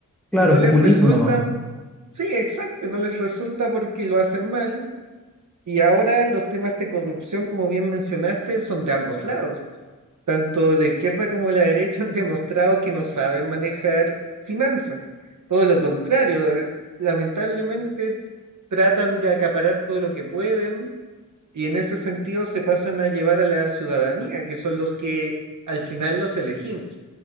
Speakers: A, in the centre; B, on the right (about 60°).
A: Claro,
B: y no
A: es
B: les
A: populismo
B: resulta
A: nomás. po.
B: Sí, exacto, no les resulta porque lo hacen mal. Y ahora los temas de corrupción, como bien mencionaste, son de ambos lados. Tanto la izquierda como la derecha <laughs> han demostrado que no saben manejar finanzas. Todo lo contrario, eh, lamentablemente tratan de acaparar todo lo que pueden y en ese sentido se pasan a llevar a la ciudadanía, que son los que al final los elegimos.